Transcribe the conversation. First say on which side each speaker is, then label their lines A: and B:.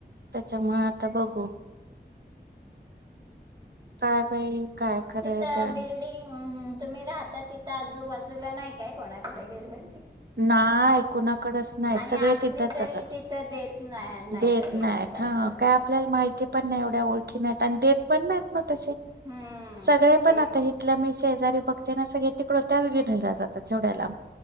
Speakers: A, on the right (about 65°); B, on the right (about 25°).
A: त्याच्या म आता बघू. काय बाई काय खरं
B: तिथं
A: आहे तर
B: बिल्डिंग तुम्ही राहता तिथं आजूबाजूला नाही काय कोणाकडे घरगं
A: नाहीय कणाकडच नाही
B: आणि
A: सगळे
B: असली
A: तिथेच
B: तरी
A: जातात
B: तिथं देत नाही नाहीत
A: देत
B: एकमेकांचं
A: नाही. ह काय आपल्याला माहिती पण एवढ्या ओख नाही देत पण नाही ना त
B: हम्म,
A: सगळे पण
B: ते
A: आ. शजारी बघते स तिकड घेऊन जात तेव्याला